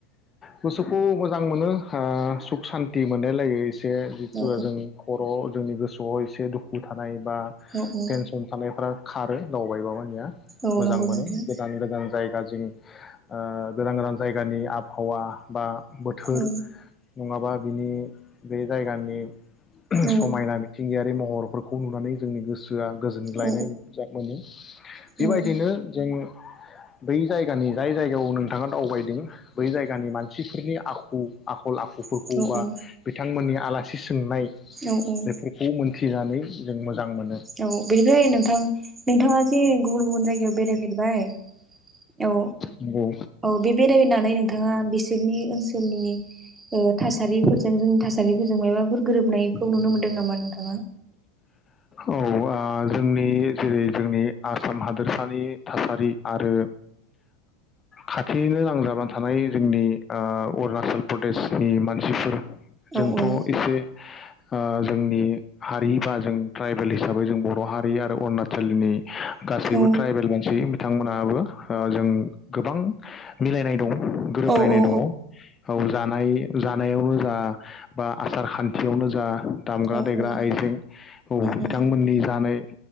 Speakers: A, on the left (about 25°); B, on the right (about 20°).
A: गोसोखौ मोजां मोनो ओ सुख सानथि मोनलायलायो मोनसे जिथु
B: औ
A: जों खर' जोंनि गोसोआव एसे दुखु थानाय बा
B: औ औ
A: टेनसन थानायफ्रा खारो दावबायबा मानिया
B: औ
A: मोजां
B: नंगौ
A: मोनो
B: नोंथां
A: गोदान गोदान जायगाजों ओ गोदान गोदान जायगानि आबहावा बा बोथोर
B: औ
A: नङाबा बिनि बे जायगानि <unintelligible>
B: औ
A: समायना मिथिंगाया बे महरफोरखौ नुनानै जोंनि गोसो आ गोजोनग्लायनाय
B: औ
A: जा मोनो बेबायदिनो
B: औ
A: जों बै जायगानि जाय जायगायाव नोंथाङा दावबायदों बै जायगानि मानसिफोरनि आखु आ खल आखुफोरखौ
B: औ
A: बा बिथांमोननि आलासि सोंनाय
B: औ औ
A: बेफोरखौ मोन थिनानै जों मो जां मोनो
B: औ बेनिफ्राय नोंथां नोंथाङा जे गुबुन गुबुन जाय गायाव बेरायहैबाय? औ
A: नंगौ
B: औ बे बेरायनानै नोंथाङा बेसे बिसोरनि ओनसोलनि ओ थासारिफोरजों जोंनि थासारिफोरजों माबाफोर गोरोबनायखौ नुनो मोन दों नामा नोंथाङा?
A: औ ओ जोंनि जेरै जोंनि आसाम हादोरसानि थासारि आरो खाथियैनो नांजाबानानै थानाय जोंनि ओ अरुणाचल प्रदेशनि मानसिफोर जोंथ'
B: औ औ
A: एसे आ जोंनि हारि बा जों ट्राइबेल हिसाबै जों बर' हारि आरो उरना चोलनि गासैबो
B: औ
A: ट्राइबेल मानसि बिथांमोन आबो ओ जों गोबां मिलायनाय दं। गोरोबलायनाय
B: औ औ
A: दङ औ जानाय जानायावनो जा बा आसार खान्थियावनो जा दामग्रा
B: औ
A: देग्रा
B: उम
A: आइजें औ
B: उम
A: बिथांमोननि जानोय